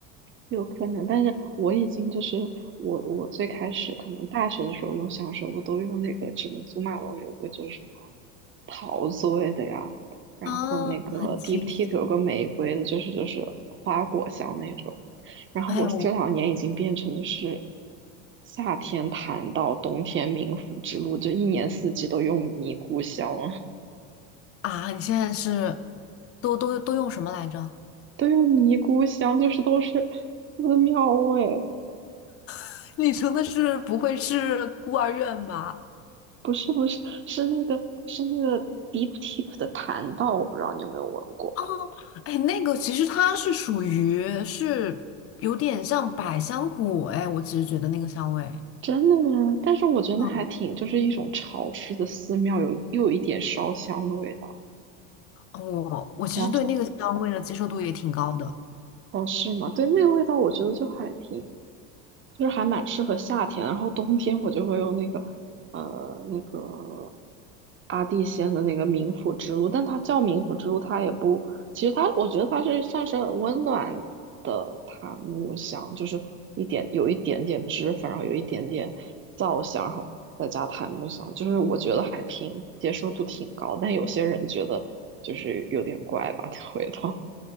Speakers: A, on the right (about 30°); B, on the left (about 35°).
A: 有可能，但是我已经就是我我最开始可能大学的时候用香水，我都用那个什么祖马龙有一个就是什么桃子味的呀，然后那个
B: 啊，很清新。
A: Deep Teak 有个玫瑰的，就是就是花果香那种。然后我这两年已经变成就是
B: 哎呦
A: 夏天谈到冬天冥府之路，就一年四季都用尼姑香了，
B: 啊，你现在是都都都用什么来着？
A: <laughs> 都用尼姑香，就是都是寺庙味。
B: <laughs> 你说的是不会是孤儿院吧？
A: 不是不是，是那个是那个 Deep t i k 的檀道，我不知道你有没有闻过。
B: 哦，哎，那个其实它是属于是有点像百香果，哎，我其实觉得那个香味，
A: 真的吗？但是我觉得还挺，
B: 嗯，
A: 就是一种潮湿的寺庙，有又有一点烧香的味道。
B: 我我其实对那个香味的接受度也挺高的。
A: 然后，哦，是吗？对，那个味道我觉得就还挺，就是还蛮适合夏天，然后冬天我就会用那个呃那个阿蒂仙的那个冥府之路，但它叫冥府之路，它也不，其实它我觉得它是算是温暖的檀木香，就是一点有一点点脂粉，然后有一点点皂香，然后再加檀木香，就是我觉得还挺接受度挺高，但有些人觉得就是有点怪吧，那味道